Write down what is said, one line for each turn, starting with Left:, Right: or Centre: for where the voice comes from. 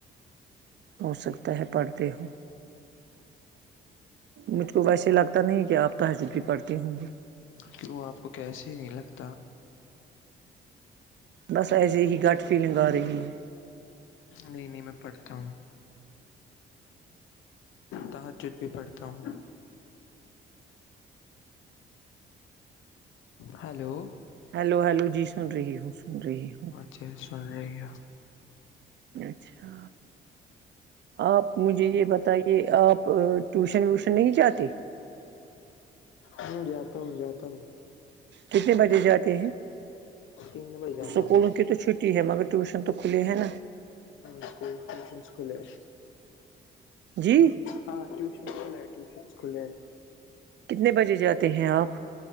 Right: ہو سکتا ہے پڑھتے ہوں مجھ کو ویسے لگتا نہیں کہ آپ تحجد بھی پڑتے ہوں گے
Left: کیوں آپ کو کیسے ہی نہیں لگتا
Right: بس ایسے ہی گٹ فیلنگ آ رہی ہے
Left: نہیں نہیں میں پڑھتا ہوں تحجد بھی پڑھتا ہوں ہیلو
Right: ہیلو ہلو جی سن رہی ہوں سن رہی ہوں
Left: چ سنے گیا
Right: اچھا آپ مجھے یہ بتائی یہ آپ ٹیوشن ویوشن نہیں جاتے
Left: ہ جاتا ہوں جاتا ہوں
Right: کتنے بجے جاتے ہیں
Left: تین بجے جاتا
Right: اسکولوں
Left: ہوں
Right: کی تو چھٹی ہے مگر ٹیوشن تو کھلی ہے نا
Left: اسکول ٹیوشن کھلے ہیں
Right: جی
Left: ہاں ٹیوشن کل ہے ٹیشنس کھلے ہیں
Right: کتنے بجے جاتے ہیں آپ